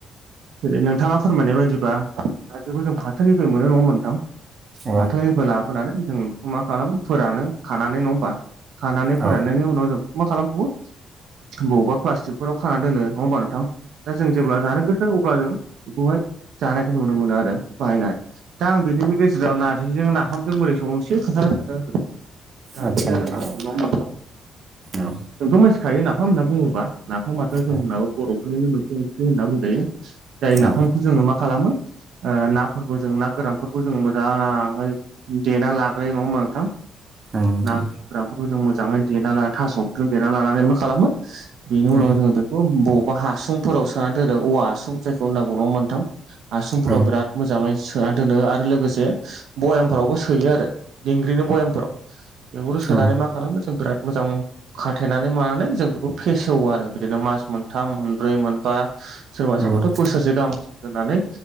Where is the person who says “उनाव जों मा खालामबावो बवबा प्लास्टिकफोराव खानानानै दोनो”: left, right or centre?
Right